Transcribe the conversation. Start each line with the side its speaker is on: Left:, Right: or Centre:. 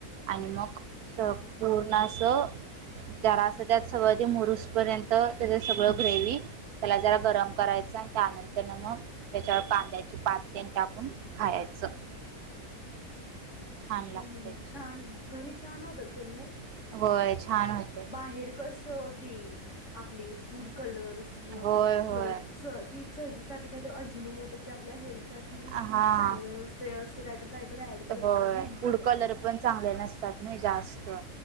Right: आणि मग पूर्ण
Left: हा हा
Right: असं जरा असं त्यात सवाधी मुरूस पर्यंत त्या ग्रेव्ही त्याला ज गरम करायच त्यानंतर मग त्याच्यावर कांद्याची पात टाकून खायचं. छान
Left: हम्म
Right: लागते
Left: हम् छान घरी छान होत असेल नहीं?
Right: होय छान होते
Left: बाहेर कस देई आपले फूड कलर
Right: होय होय
Left: पर ती चवी साठी काहीत अजिनो मोठ जे आपल्या हेल्थसाठी
Right: हां
Left: चांगले नसते असं. काहीतरी काहीतरी ऍड करतायत
Right: होय
Left: म्हणतात.
Right: फूड कलर पण चांगले नसतात ना जास्त.